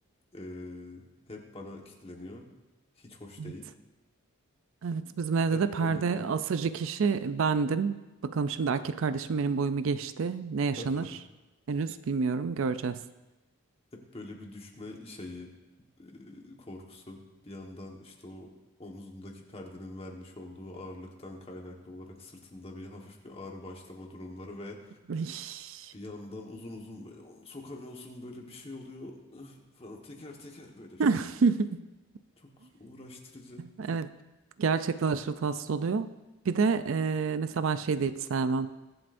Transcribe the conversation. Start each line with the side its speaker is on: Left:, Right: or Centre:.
Left: eee, hep bana kitleniyor. Hiç hoş
Right: Evet.
Left: değil.
Right: Evet. Bizim evde
Left: Hep
Right: de perde
Left: böyle bir
Right: asıcı kişi bendim. Bakalım şimdi erkek kardeşim benim boyumu geçti. Ne yaşanır?
Left: <laughs>
Right: Henüz bilmiyorum. Göreceğiz.
Left: Hep böyle bir düşme şeyi e, korkusu bir yandan işte o omzundaki perdenin vermiş olduğu ağırlıktan kaynaklı olarak sırtında bir hafif bir ağrı başlama durumları ve
Right: Üş.
Left: bir yandan uzun uzun böyle onu sokamıyorsun böyle bir şey oluyor üf falan teker teker böyle üf.
Right: <laughs>
Left: çok uğraştırıcı.
Right: Evet. Gerçekten aşırı tatsız oluyor. Bir de eee, mesela ben şey de hiç sevmem.